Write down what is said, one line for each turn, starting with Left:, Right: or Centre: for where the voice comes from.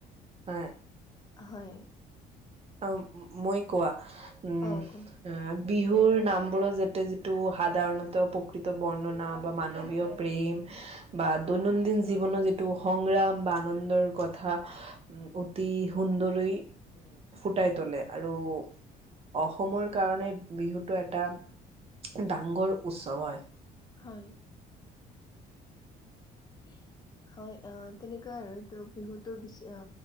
Right: হয়,
Left: হয়,
Right: অ, মই কোৱা উম,
Left: অ ক-
Right: অ, বিহুৰ নামবোৰো যাতে যিটো সাধাৰণতে প্ৰকৃত বৰ্ণনা বা মানৱীয়- প্ৰেম বা দৈনন্দিন জীৱনৰ যিটো সংগ্ৰাম বা আনন্দৰ কথা- অতি সুন্দৰেই- ফুটাই তুলে আৰু অসমৰ কাৰণে বিহুটো এটা- ডাংগৰ উৎসৱ হয়।
Left: হয়, উ, হয়, অ, তেনেকুৱা আৰু এইটো বিহুটো বেছি অ